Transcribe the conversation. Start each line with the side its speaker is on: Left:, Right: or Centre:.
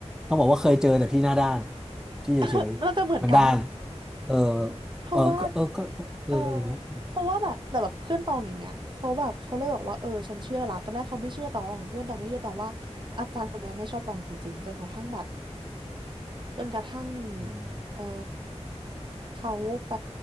Centre: ต้องบอกว่าเคยเจอแต่พี่หน้าด้านที่เฉยๆมันด้าน
Right: <laughs> น่าจะเหมือนกัน
Centre: เออ
Right: เพราะว่า
Centre: เออก็เออก็ก็เอออะไรเงี้ยอืม
Right: เออเพราะว่าแบบแต่แบบเพื่อนตองอย่างเงี้ยเขาแบบเขาเลยบอกว่าเออฉันเชื่อละตอนแรกเขาไม่เชื่อตองเพื่อนตองไม่เชื่อตองว่าอาจารย์คนเนี้ยไม่ชอบตองจริงๆจนกระทั่งแบบจนกระทั่ง
Centre: อืม
Right: เออเขาไป